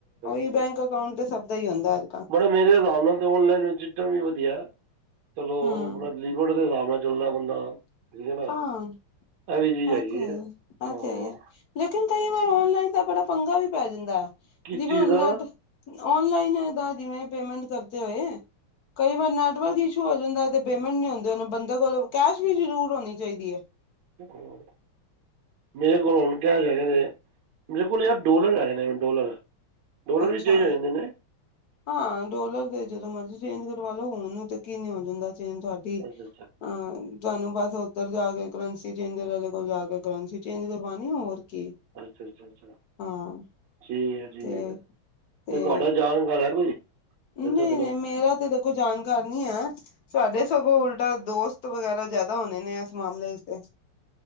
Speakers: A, on the left; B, on the right.
A: ਉਹੀ
B: ਚਲੋ
A: ਬੈਂਕ ਅਕਾਊਂਟ ਤੇ ਸਭ ਦਾ ਹੀ ਹੁੰਦਾ ਅੱਜ ਕੱਲ
B: ਬੜਾ ਮੇਰੇ ਹ <unintelligible> ਉਹਨਾਂ ਅਨਲਾਈਨ ਵਿੱਚ ਸਿਸਟਮ ਵੀ ਵਧੀਆ ਚਲੋ
A: ਹਮ
B: ਆਪਣਾ ਲੀਵਰ ਦੇ ਹਿਸਾਬ ਨਾਲ ਚੱਲਣਾ ਬੰਦਾ ਹੈ ਨਾ
A: ਹਾਂ
B: ਇਹ ਵੀ ਚੀਜ਼
A: ਐ
B: ਹੈਗੀ
A: ਤੇ ਹੈ
B: ਹਾਂ
A: ਹੀ ਐ, ਲੇਕਿਨ ਕਈ ਵਾਰ ਆਨਲਾਈਨ ਦਾ ਬੜਾ ਪੰਗਾ ਵੀ ਪੈ ਜਾਂਦੈ।
B: ਕਿਸ
A: ਜਿਵੇ
B: ਚੀਜ਼
A: ਹੁਣ
B: ਦਾ
A: ਨੈਟ ਆਨਲਾਈਨ ਦਾ ਜਿਵੇਂ ਪੇਮੈਂਟ ਕਰਦੇ ਹੋਏ ਕਈ ਵਾਰ ਨੈਟਵਰਕ ਇਸ਼ੂ ਹੋ ਜਾਂਦਾ ਤੇ ਪੇਮੈਂਟ ਨੀ ਹੁੰਦੇ ਉਹ ਬੰਦੇ ਕੋਲੋਂ ਕੈਸ਼ ਵੀ ਜ਼ਰੂਰ ਹੋਣੀ ਚਾਹੀਦੈ।
B: ਹ ਮੇਰੇ ਕੋਲ ਹੁਣ ਕੈਸ਼ ਹੈਗੇ ਨੇ, ਮੇਰੇ ਕੋਲ ਯਾਰ ਡੋਲਰ ਹੈਗੇ ਨੇ ਮ ਡੋਲਰ ਡਾਲਰ
A: ਅੱਛਾ
B: ਵੀ ਚੇਂਜ ਹੋ ਜਾਂਦੇ ਨੇ।
A: ਹਾਂ, ਡੋਲਰ ਦੇ ਜਦੋਂ ਮਰਜ਼ੀ ਚੇਂਜ ਕਰਵਾ ਲੋ, ਹੋਣ ਨੂੰ ਤੇ ਕੀ ਨੀ ਹੋ ਜਾਂਦਾ। <unintelligible> ਤੁਹਾਡੀ
B: ਅੱਛਾ ਅੱਛਾ
A: ਅਹ ਤੁਹਾਨੂੰ ਬਸ ਉੱਧਰ ਜਾ ਕੇ ਕਰੰਸੀ ਚੇਂਜਰ ਵਾਲੇ ਕੋਲ ਜਾ ਕੇ ਕਰੰਸੀ ਚੇਂਜ ਕਰਵਾਨੀ ਹੋਰ ਕੀ
B: ਅੱਛਾ, ਅੱਛਾ, ਅੱਛਾ।
A: ਹਾਂ
B: ਠੀਕ ਹੈ, ਠੀਕ
A: ਤੇ
B: ਹੈ,
A: ਤੇ
B: ਕੋਈ ਤੁਹਾਡਾ ਜਾਣਕਾਰ ਹੈ ਕੋਈ? ਤਾਂ ਦੱਸਣਾ
A: ਨਹੀਂ ਨਹੀਂ ਮੇਰਾ ਤੇ ਦੇਖੌ ਜਾਣਕਾਰ ਨੀ ਹੈ, ਸਾਡੇ ਸਗੋ ਉਲਟਾ ਦੋਸਤ ਵਗੈਰਾ ਜਿਆਦਾ ਹੋਣੇ ਨੇ ਇਸ ਮਾਮਲੇ ਚ ਤੇ।